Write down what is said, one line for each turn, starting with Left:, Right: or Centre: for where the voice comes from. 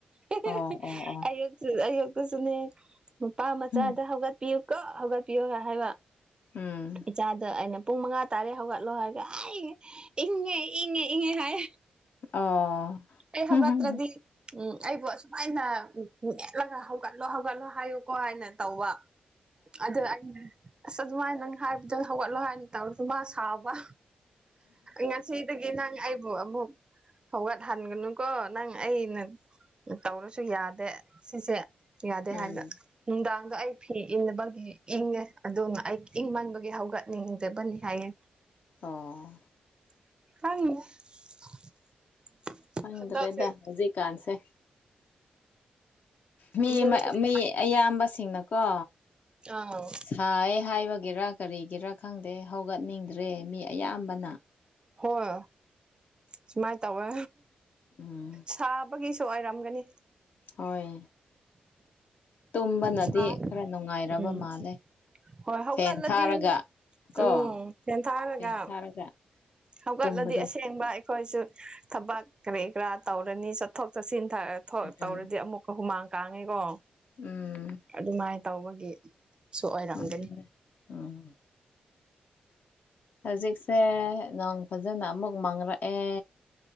Right: <unintelligible>
Left: ꯑꯣ ꯑꯣ ꯑꯣ
Right: ꯑꯌꯨꯛ ꯑꯌꯨꯛꯇꯨꯁꯨꯅꯦ ꯃꯄꯥ ꯃꯆꯥꯗ
Left: ꯎꯝ
Right: ꯍꯧꯒꯠꯄꯤꯌꯨ ꯀꯣ ꯍꯧꯒꯠꯄꯤꯌꯣꯒ ꯍꯥꯏꯕ
Left: ꯎꯝ
Right: ꯏꯆꯥꯗ ꯑꯩꯅ ꯄꯨꯡ ꯃꯉꯥ ꯇꯥꯔꯦ ꯍꯧꯒꯠꯂꯣ ꯍꯥꯏꯒ ꯑꯩ ꯏꯪꯉꯦ ꯏꯪꯉꯦ ꯏꯪꯉꯦ ꯍꯥꯏ
Left: ꯑꯣ <unintelligible>
Right: ꯑꯩ ꯍꯧꯒꯠꯇ꯭ꯔꯗꯤ ꯎꯝ ꯑꯩꯕꯨ ꯑꯁꯨꯃꯥꯏꯅ ꯃꯦꯠꯂꯒ ꯍꯧꯒꯠꯂꯣ ꯍꯧꯒꯠꯂꯣ ꯍꯥꯏꯌꯨꯀꯣ ꯍꯥꯏꯅ ꯇꯧꯕ ꯑꯗꯨ ꯑꯩꯅ ꯑꯁ ꯑꯗꯨꯃꯥꯏ ꯅꯪ ꯍꯥꯏꯕꯗ ꯍꯧꯒꯠꯂꯣ ꯍꯥꯏꯅ ꯇꯧꯔꯁꯨ ꯃꯥ ꯁꯥꯥꯎꯕ ꯉꯁꯤꯗꯒꯤ ꯅꯪ ꯑꯩꯕꯨ ꯑꯃꯨꯛ ꯍꯧꯒꯠꯍꯟꯒꯅꯨꯀꯣ ꯅꯪ ꯑꯩꯅ ꯇꯧꯔꯁꯨ ꯌꯥꯗꯦ ꯁꯤꯁꯦ ꯌꯥꯗꯦ
Left: ꯎꯝ
Right: ꯍꯥꯏꯔꯕ ꯅꯨꯡꯗꯥꯡꯒ ꯑꯩ ꯐꯤ ꯏꯟꯅꯕꯒꯤ ꯏꯪꯉꯦ ꯑꯗꯨꯃ ꯑꯩ ꯏꯪꯃꯟꯕꯒꯤ ꯍꯧꯒꯠꯅꯤꯡꯗꯕꯅꯤ ꯍꯥꯏꯌꯦ
Left: ꯑꯣ
Right: <unintelligible>
Left: ꯍꯪꯗ꯭ꯔꯦꯗ
Right: ꯍꯟꯗꯛꯁꯦ
Left: ꯍꯧꯖꯤ ꯀꯥꯟꯁꯦ ꯃꯤ
Right: ꯏꯃꯨꯡ
Left: ꯑꯃ
Right: ꯈꯨꯗꯤꯡꯃꯛ
Left: ꯃꯤ ꯑꯌꯥꯝꯕꯁꯤꯡꯅꯀꯣ
Right: ꯑꯥ
Left: ꯁꯥꯌꯦ ꯍꯥꯏꯕꯒꯤꯔ ꯀꯔꯤꯒꯤꯔꯥ ꯈꯪꯗꯦ ꯍꯧꯒꯠꯅꯤꯡꯗ꯭ꯔꯦ ꯃꯤ ꯑꯌꯥꯝꯕꯅ
Right: ꯍꯣꯏ ꯁꯨꯃꯥꯏꯅ ꯇꯧꯋꯦ
Left: ꯎꯝ
Right: ꯁꯥꯕꯒꯤ ꯁꯨ ꯑꯣꯏꯔꯝꯒꯅꯤ
Left: ꯍꯣꯏ ꯇꯨꯝꯕꯅꯗꯤ
Right: ꯁꯥ
Left: ꯈꯔ ꯅꯨꯡꯉꯥꯏꯔꯕ
Right: ꯎꯝ
Left: ꯃꯥꯜꯂꯦ
Right: ꯍꯣꯏ ꯍꯧꯒꯠꯂꯗꯤ
Left: ꯐꯦꯟ ꯊꯥꯔꯒ ꯀꯣ
Right: ꯎꯝ ꯐꯦꯟ ꯊꯥꯔꯒ
Left: ꯐꯦꯟ ꯊꯥꯔꯒ
Right: ꯍꯧꯒꯠꯂꯗꯤ
Left: ꯇꯨꯝꯕꯗꯣ
Right: ꯑꯁꯦꯡꯕ ꯑꯩꯈꯣꯏꯁꯨ ꯊꯕꯛ ꯀꯔꯤ ꯀꯔꯥ ꯇꯧꯔꯅꯤ ꯆꯠꯊꯣꯛ ꯆꯠꯁꯤꯟ
Left: ꯎꯝ
Right: ꯇꯧꯔꯗꯤ ꯑꯃꯨꯛꯀ ꯍꯨꯃꯥꯡ ꯀꯥꯡꯉꯤꯀꯣ
Left: ꯎꯝ
Right: ꯑꯗꯨꯃꯥꯏꯅ ꯇꯧꯕꯒꯤꯁꯨ ꯑꯣꯏꯔꯝꯒꯅꯤ
Left: ꯑꯗꯨꯅꯦ ꯎꯝ ꯍꯧꯖꯤꯛꯁꯦ ꯅꯣꯡ ꯐꯖꯅ ꯑꯃꯨꯛ ꯃꯥꯡꯔꯛꯑꯦ